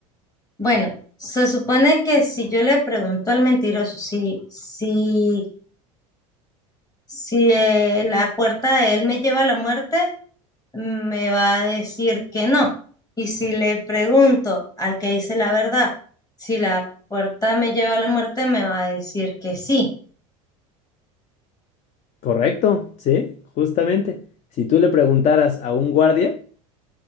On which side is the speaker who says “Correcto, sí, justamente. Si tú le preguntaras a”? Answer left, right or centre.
Left